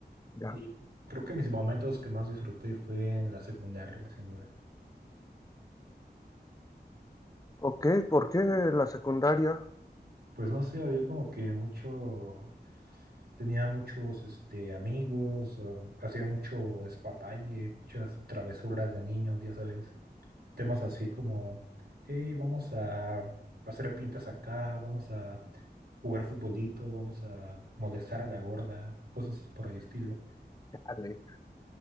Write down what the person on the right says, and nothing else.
Y creo que mis momentos que más disfruté fue en la secundaria, sin duda.
Pues no sé, había como que mucho, tenía muchos este, amigos, eh, hacía mucho despapalle, muchas travesuras de niños, ya sabes. Temas así como, hey, vamos a hacer pintas acá, vamos a jugar futbolito, vamos a molestar a la gorda, cosas por el estilo.